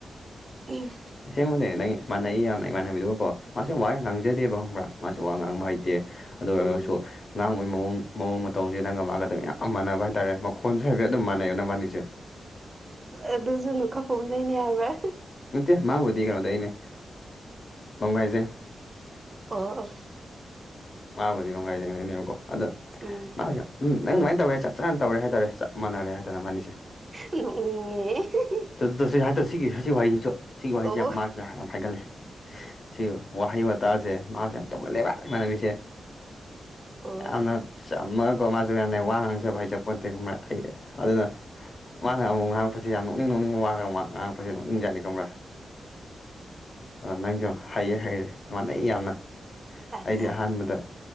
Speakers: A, on the right; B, on the left.
A: ꯎꯝ
B: ꯑꯁꯦꯡꯕꯅꯦ ꯅꯪ ꯏꯃꯥꯟꯅꯩ ꯌꯥꯝꯅ ꯏꯃꯥꯟꯅꯕꯤꯗꯨꯕꯀꯣ ꯃꯥꯁꯦ ꯋꯥ ꯌꯥꯝ ꯉꯥꯡꯖꯗꯦꯕ ꯈꯪꯕ꯭ꯔꯥ ꯃꯥꯁꯦ ꯋꯥ ꯉꯥꯡꯕ ꯍꯩꯇꯦ ꯑꯗꯨ ꯑꯣꯏꯔꯒꯁꯨ
A: ꯎꯝ
B: ꯉꯥꯡꯕꯩ ꯃꯑꯣꯡ ꯃꯑꯣꯡ ꯃꯇꯧꯁꯦ ꯅꯪꯒ ꯃꯥꯒꯗꯕ ꯌꯥꯝ ꯃꯥꯟꯅꯕ ꯍꯥꯏ ꯇꯇꯥꯔꯦ ꯃꯈꯣꯟꯁꯨ ꯍꯥꯏꯐꯦꯠ ꯑꯗꯨꯝ ꯃꯥꯟꯅꯩꯣ ꯅꯪꯕꯥꯅꯤꯁꯦ
A: ꯑꯗꯨꯁꯨ ꯑꯗꯨꯨ ꯈꯞꯄꯣꯝꯗꯩꯅꯦ ꯍꯥꯏꯕ꯭ꯔꯥ
B: ꯅꯠꯇꯦ ꯃꯥꯕꯨꯗꯤ ꯀꯩꯅꯣꯗ ꯑꯩꯅꯦ ꯃꯪꯥꯏꯖꯪ
A: ꯑꯣ
B: ꯉꯥꯡꯕꯨꯗꯤ ꯌꯥꯝ ꯉꯥꯏꯗꯗꯅꯦꯕꯀꯣ ꯑꯗꯣ
A: ꯎꯝ
B: ꯃꯥꯁꯦ ꯎꯝ ꯅꯪ ꯑꯗꯨꯃꯥꯏꯅ ꯇꯧꯔꯦꯞ ꯆꯥꯅ ꯇꯧꯔꯦ ꯍꯥꯏꯇꯥꯔꯦ ꯆꯞ ꯃꯥꯟꯅꯔꯦ ꯍꯥꯏꯗꯅ ꯃꯥꯅꯤꯁꯦ
A: ꯉ
B: ꯑꯗꯨ ꯇꯁꯨ ꯍꯥꯏꯗꯔ ꯁꯤꯒꯤ ꯁꯤ ꯋꯥꯍꯩꯁꯤꯁꯨ ꯁꯤꯒꯤ ꯋꯥꯍꯩꯁꯤꯦ
A: ꯑꯣ
B: ꯌꯥꯝ ꯃꯥꯁꯨ ꯌꯥꯝ ꯍꯥꯏꯒꯠꯜꯂꯤ ꯁꯤ ꯋꯥꯍꯩ ꯋꯥꯇꯥꯁꯦ ꯃꯥꯁꯦ ꯌꯥꯝ ꯇꯧꯒꯜꯂꯦꯕ ꯏꯃꯥꯟꯅꯕꯤꯁꯦ
A: ꯑꯣ
B: ꯌꯥꯝꯅ ꯆꯝꯃꯒꯀꯣ ꯃꯥꯁꯨ ꯌꯥꯝꯅ ꯋꯥ ꯉꯥꯡꯖꯕ ꯍꯩꯖꯕꯄꯣꯠꯇꯦꯀ ꯑꯩ ꯑꯗꯨꯅ ꯃꯥꯅ ꯑꯃꯨꯛ ꯉꯥꯡꯛꯄꯁꯦ ꯌꯥꯝ ꯅꯣꯛꯅꯤꯡ ꯅꯣꯛꯅꯤꯡꯕ ꯋꯥꯒ ꯑꯃꯛ ꯉꯥꯡꯉꯛꯄꯁꯦ ꯅꯣꯛꯅꯤꯡꯖꯥꯠꯅꯤ ꯀꯪꯕ꯭ꯔꯥ ꯑ ꯅꯪꯁꯨ ꯍꯩꯌꯦ ꯍꯩꯔꯦ ꯏꯥꯟꯅꯩ ꯌꯥꯝꯅ
A: ꯑꯠꯆꯥ
B: ꯑꯩꯗꯤ ꯑꯍꯥꯟꯕꯗ